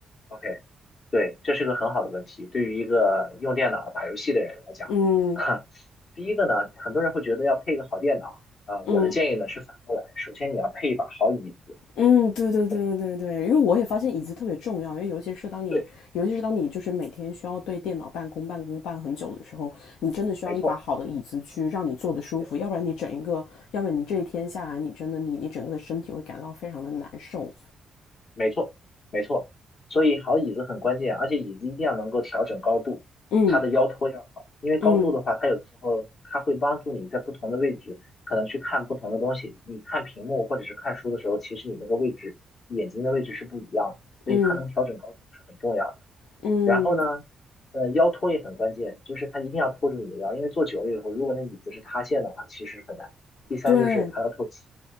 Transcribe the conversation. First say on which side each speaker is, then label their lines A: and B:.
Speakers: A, on the left; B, on the left.
A: ，OK，对，这是个很好的问题，对于一个用电脑打游戏的人来讲，
B: 嗯
A: 哈，第一个呢，很多人会觉得要配一个好电脑啊，我的建议呢是反过来，
B: 嗯。
A: 首先你要配一把好椅子，
B: 嗯，对对对对对对，
A: 对，
B: 因为我也发现椅子特别重要，
A: 嗯，
B: 因为尤其是当你，
A: 对，
B: 尤其是当你就是每天需要对电脑办公、办公办很久的时候，你真的需要一把好的椅子去让你坐得舒服，
A: 没错。对。
B: 要不然你整一个，要不然你这一天下来，你真的你你整个的身体会感到非常的难受。
A: 没错，没错，所以好椅子很关键，而且椅子一定要能够调整高度，
B: 嗯
A: 它的腰托要好，因为高度的话，
B: 嗯
A: 它有的时候它会帮助你在不同的位置，可能去看不同的东西。你看屏幕或者是看书的时候，其实你那个位置，眼睛的位置是不一样的，所以它能调整高度是很重要的。
B: 嗯嗯，
A: 然后呢，呃，腰托也很关键，就是它一定要托住你的腰，因为坐久了以后，如果那椅子是塌陷的话，其实很难。第三就是它要透气，
B: 对，